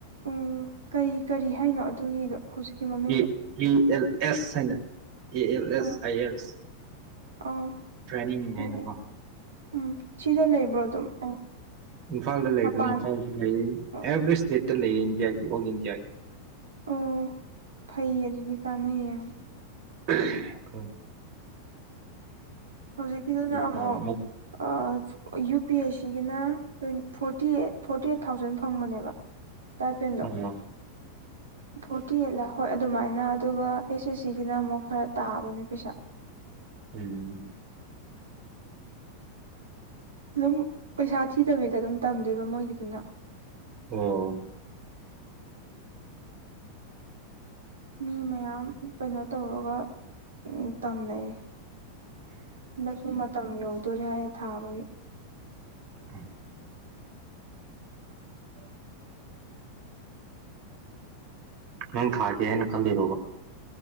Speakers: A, on the right (about 65°); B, on the right (about 45°).
A: ꯑꯣ ꯀꯔꯤ ꯀꯔꯤ ꯍꯥꯏꯅꯣ ꯑꯗꯨꯒꯤꯗꯣ ꯍꯧꯖꯤꯛꯀꯤ ꯃꯃꯤꯡꯗꯣ
B: ꯑꯦ ꯑꯦ ꯑꯦꯜ ꯑꯦꯁ ꯍꯥꯏꯅ ꯑꯦ ꯑꯦꯜ ꯑꯦꯁ
A: ꯑꯣ
B: ꯑꯥꯏ ꯑꯦꯜ
A: ꯑꯥ
B: ꯇ꯭ꯔꯦꯟꯅꯤꯡ ꯍꯥꯏꯅꯀꯣ
A: ꯑꯦ ꯑꯦ ꯎꯝ ꯁꯤꯗ ꯂꯩꯕ꯭ꯔꯣ ꯑꯗꯨꯝ ꯑꯣ
B: ꯏꯝꯐꯥꯜꯗ ꯂꯩꯕꯅꯤ
A: ꯃꯄꯥꯟ
B: ꯏꯝꯐꯥꯜꯗ ꯂꯩ
A: ꯑꯣ
B: ꯑꯦꯕ꯭ꯔꯤ ꯏꯁꯇꯦꯠꯇ
A: ꯎꯝ
B: ꯂꯩꯌꯦ ꯏꯟꯗꯤꯌꯥꯒꯤ ꯑꯣꯜ ꯏꯟꯗꯤꯌꯥꯒꯤ
A: ꯑꯣ ꯐꯩꯌꯦ ꯑꯗꯨꯗꯤ ꯀꯥꯟꯅꯩꯌꯦ ꯌꯥꯝ
B: ꯑ
A: ꯍꯧꯖꯤꯛꯀꯤꯗꯨꯅ ꯑꯃꯨꯛ
B: ꯊꯥꯕ ꯑꯣ
A: ꯑꯥ ꯌꯨ ꯄꯤ ꯑꯦꯁ ꯁꯤꯒꯤꯅ ꯇ forty eight forty eight thousand ꯐꯪꯕꯅꯦꯕ ꯁꯇꯥꯏꯄꯦꯟ ꯗꯣ
B: ꯎꯝ
A: ꯐꯣꯇꯤ ꯑ ꯍꯣꯏ ꯑꯗꯨꯃꯥꯏꯅ ꯑꯗꯨꯒ ꯑꯦꯁ ꯑꯦꯁ ꯁꯤꯒꯤꯅ ꯑꯃꯨꯛ ꯈꯔ ꯇꯥꯕꯅꯦ ꯄꯩꯁꯥ
B: ꯎꯝ
A: ꯑꯗꯨꯝ ꯄꯩꯁꯥ ꯊꯤꯗꯕꯤꯗ ꯑꯗꯨꯝ ꯇꯝꯗꯣꯏꯕ ꯃꯣꯏꯒꯤꯗꯨꯅ
B: ꯑꯣ
A: ꯃꯤ ꯃꯌꯥꯝ ꯀꯩꯅꯣ ꯇꯧꯔꯒ ꯇꯝꯅꯩꯌꯦ ꯍꯟꯗꯛꯁꯨ ꯃꯇꯝ ꯌꯧꯗꯣꯔꯦ ꯍꯥꯏꯌꯦ ꯊꯥꯕꯒꯤ
B: ꯎ ꯅꯪ ꯊꯥꯒꯦꯅ ꯈꯜꯂꯤꯔꯣꯕ